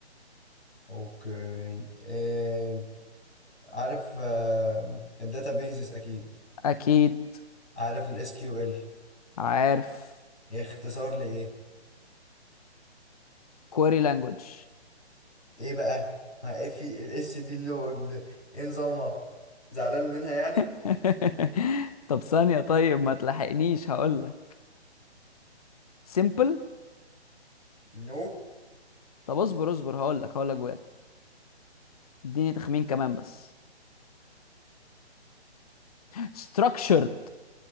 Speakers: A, on the left; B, on the left.
A: اوكي آه عارف آه الداتا بيزز اكيد
B: أكيد
A: عارف الاس كيو ال
B: عارف
A: اختصار لايه؟
B: كوري لانجوج
A: ايه بقى؟ ما إيه في الاس دي اللي هو- ايه نظامها؟ زعلان منها يعني؟
B: <laughs> طب ثانية طيب ما تلحقنيش هقول لك سيمبل
A: نو
B: طب اصبر اصبر هقول لك هقول لك بجد اديني تخمين كمان بس structured